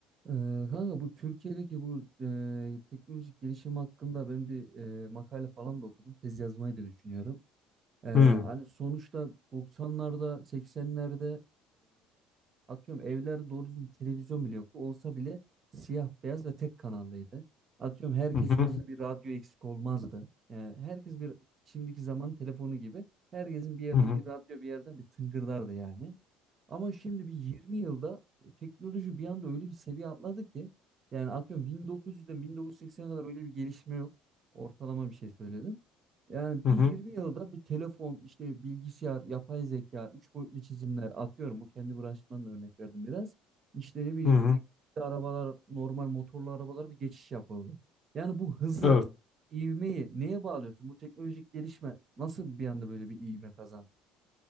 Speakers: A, on the right (about 45°); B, on the left (about 45°).
A: Ee, kanka bu Türkiye'deki bu e, teknolojik gelişim hakkında ben bir e, makale falan da okudum. Tez yazmayı da düşünüyorum. Ee,
B: Hı
A: hani sonuçta 90'larda, 80'lerde Atıyorum evlerde doğru düzgün bir televizyon bile yoktu. Olsa bile siyah beyaz ve tek kanallıydı. Atıyorum herkesin
B: hı hı
A: yanında bir radyo eksik olmazdı. Yani herkes bir şimdiki zaman telefonu gibi herkesin bir yerine
B: hı hı
A: bir radyo bir yerden bir tıngırdardı yani. Ama şimdi bir 20 yılda teknoloji bir anda öyle bir seviye atladı ki yani atıyorum 1900'den 1980'e kadar öyle bir gelişme yok. Ortalama bir şey söyledim. Yani
B: hı
A: bir
B: hı.
A: 20 yılda bir telefon, işte bilgisayar, yapay zeka, üç boyutlu çizimler atıyorum. Bu kendi branşımdan da örnek verdim biraz. İşte ne bileyim
B: hı.
A: elektrikli arabalar, normal motorlu arabalar bir geçiş yapıldı. Yani bu hızı,
B: Evet.
A: ivmeyi neye bağlıyorsun? Bu teknolojik gelişme nasıl bir anda böyle bir ivme kazandı?